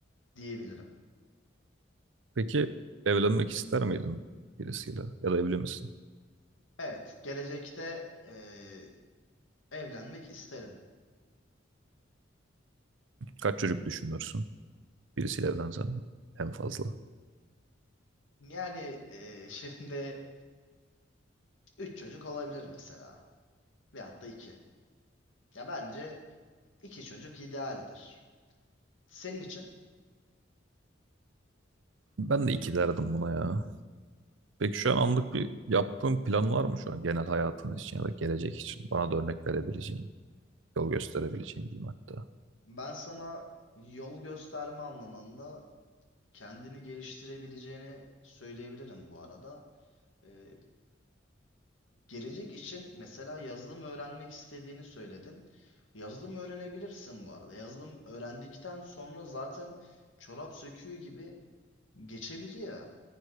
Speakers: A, on the left; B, on the right.
A: diyebilirim.
B: peki evlenmek ister miydin birisiyle ya da evli misin?
A: Evet, gelecekte e, evlenmek isterim.
B: Kaç çocuk düşünürsün birisiyle evlensen en fazla?
A: Yani e, <laughs> şimdi üç çocuk olabilir mesela. Veyahut da iki. Ya bence iki çocuk idealdir. Senin için
B: Ben de iki derdim buna ya. Peki şu an anlık bir yaptığın plan var mı şu an genel hayatın için ya da gelecek için? Bana da örnek verebileceğin. yol gösterebileceğin diyeyim hatta.
A: ben sana yol gösterme anlamında kendini geliştirebileceğini söyleyebilirim bu arada. Ee, gelecek için mesela yazılım öğrenmek istediğini söyledin. Yazılım öğrenebilirsin bu arada. Yazılım öğrendikten sonra zaten çorap söküğü gibi geçebiliyor.